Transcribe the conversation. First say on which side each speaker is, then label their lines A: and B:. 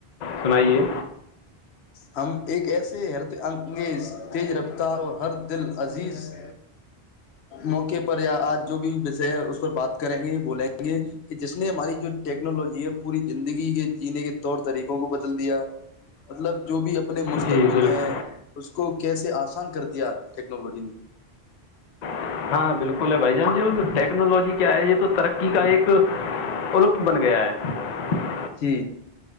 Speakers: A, on the left; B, on the left.
A: سنائیے
B: ہم ایک ایسے ہرگ تیز رفتار اور ہر دل عزیز موقع پر یا آج جو بھی وشے ہے اس پر بات کریں گے بولیں گے کہ جس نے ہماری جو ٹیکنالوجی ہے پوری زندگی کے جینے کے طور طریقوں کو بدل دیا مطلب جو بھی اپنے مستقبل
A: جی بالکل
B: ہیں اس کو کیسے آسان کر دیا ٹیکنالوجی نے
A: <unintelligible>
B: جی